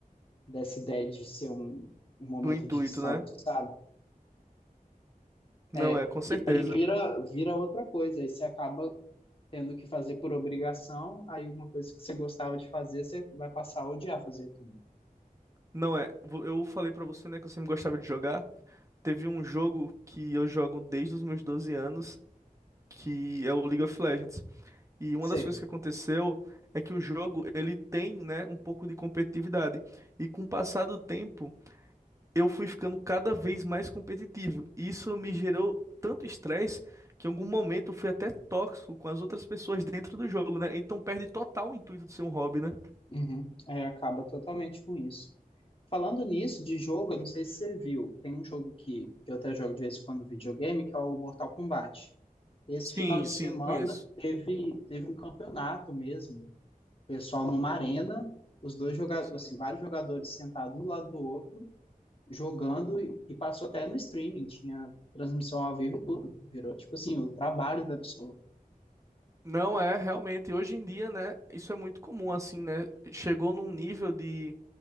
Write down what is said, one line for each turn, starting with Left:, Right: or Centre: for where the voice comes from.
Left: dessa ideia de ser um, um momento
Right: do intuito,
Left: de descanso,
Right: né?
Left: sabe?
Right: Não
Left: É,
Right: é, com certeza.
Left: e aí vira, vira outra coisa, aí você acaba tendo que fazer por obrigação, aí uma coisa que você gostava de fazer, você vai passar a odiar fazer aquilo.
Right: Não é. Vo- Eu falei pra você, né, que eu sempre gostava de jogar. Teve um jogo que eu jogo desde os meus doze anos que é o League of Legends. E uma
Left: Sim.
Right: das coisas que aconteceu é que o jogo ele tem, né, um pouco de competitividade. E com o passar do tempo, eu fui ficando cada vez mais competitivo. E isso me gerou tanto estresse que em algum momento eu fui até tóxico com as outras pessoas dentro do jogo, né? Então perde total o intuito de ser um hobby, né?
Left: Uhum. É, acaba totalmente com isso. Falando nisso, de jogo, eu não sei se você viu, tem um jogo que, que eu até jogo de vez em quando videogame, que é o Mortal Kombat. Esse
Right: Sim,
Left: final de
Right: sim,
Left: semana
Right: conheço.
Left: teve, teve um campeonato mesmo pessoal numa arena, os dois jogadores,
Right: Sim.
Left: assim, vários jogadores sentados um do lado do outro, jogando e, e passou até no streaming, tinha transmissão ao vivo e tudo. Virou tipo assim, o trabalho da pessoa.
Right: Não é, realmente. Hoje em dia, né? Isso é muito comum, assim, né? Chegou num nível de